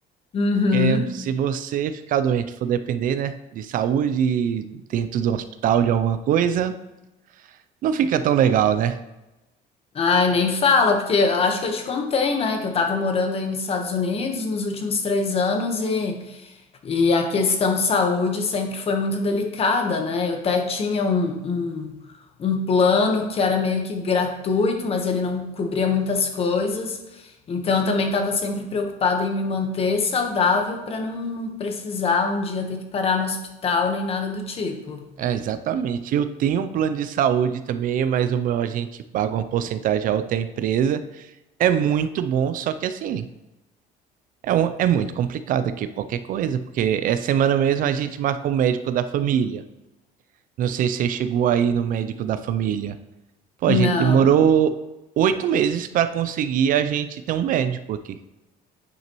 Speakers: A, on the left; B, on the right.
A: Uhum.
B: Porque se você ficar doente, for depender, né, de saúde, dentro do hospital, de alguma coisa, não fica tão legal, né?
A: Ai, nem fala, porque eu acho que eu te contei, né, que eu tava morando aí nos Estados Unidos nos últimos três anos e E a questão saúde sempre foi muito delicada, né? Eu até tinha um, um, um plano que era meio que gratuito, mas ele não cobria muitas coisas. Então, eu também estava sempre preocupada em me manter saudável para não, não precisar um dia ter que parar no hospital nem nada do tipo.
B: É, exatamente. Eu tenho um plano de saúde também, mas o meu a gente paga uma porcentagem alta à empresa. É muito bom, só que assim. É, um- é muito complicado aqui qualquer coisa, porque essa semana mesmo a gente marcou o médico da família. Não sei se você chegou aí no médico da família. Pô, a
A: Não,
B: gente demorou oito meses para conseguir a gente ter um médico aqui.